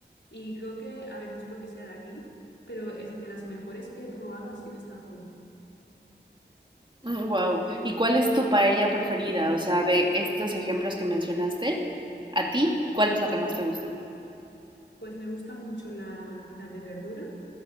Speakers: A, on the left (about 80°); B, on the right (about 25°).
A: Y creo que, a ver, no es porque sea de aquí, pero es de las mejores que he probado así en esta zona.
B: Wow. ¿Y cuál es tu paella preferida? O sea, de estos ejemplos que mencionaste, ¿a ti cuál es la que más te gusta?
A: Pues me gusta mucho la, la de verdura.